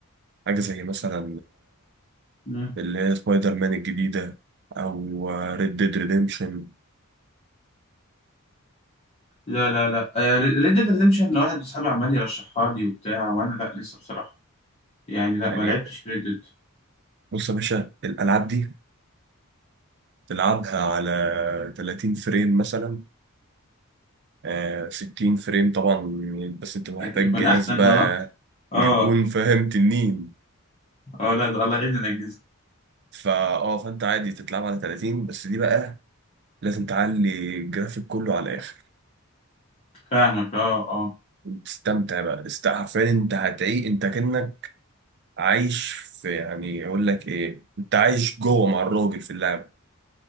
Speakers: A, on the right; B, on the left.
A: حاجه زي مثلا
B: مم.
A: اللي هي سبايدر مان الجديدة أو ريد ديد ريديمشن
B: لا لا لا ريد ديد ريدمشن واحد وصحابي عمال يرشحها لي وبتاع وانا لا لسه بصراحه يعني لا ما
A: يعني
B: لعبتش ريد ديد
A: بص يا باشا الألعاب دي تلعبها على 30 فريم مثلا آه 60 فريم طبعا بس أنت محتاج
B: يكون
A: جهاز
B: احسن
A: بقى
B: اه اه
A: يكون فاهم تنين
B: اه لا ده الله يعين الاجهزه
A: فا اه فأنت عادي تتلعب على 30 بس دي بقى لازم تعلي الجرافيك كله على الآخر
B: فاهمك اه اه
A: تستمتع بقى است- حرفيا أنت هتعيق أنت كأنك عايش في يعني أقول لك إيه أنت عايش جوه مع الراجل في اللعبة